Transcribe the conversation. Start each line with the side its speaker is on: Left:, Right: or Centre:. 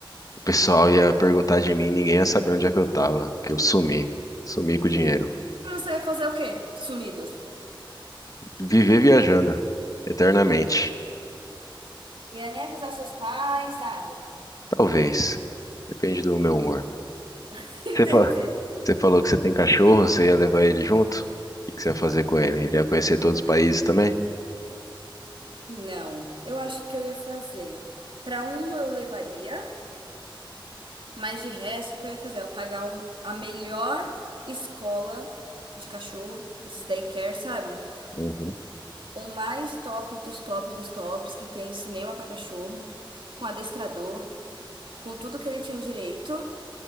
Left: o pessoal ia perguntar de mim, ninguém ia saber onde é que eu tava, que eu sumi, sumi com o dinheiro.
Right: Ah, Você ia fazer o quê? Sumido.
Left: Viver viajando eternamente.
Right: Ia nem avisar seus pais, nada.
Left: Talvez. Depende do meu humor.
Right: <laughs> Entendi.
Left: Você fa- você falou que você tem cachorro, você ia levar ele junto? O que que você ia fazer com ele? Ele ia conhecer todos os países também?
Right: Não, eu acho que eu ia fazer. Pra uma eu levaria, mas de resto, o que eu ia fazer? Eu ia pagar um- a melhor escola de cachorro, esses daycare, sabe?
Left: Uhum.
Right: O mais top dos tops dos tops, que tem cinema pra cachorro, com adestrador, com tudo que ele tinha direito.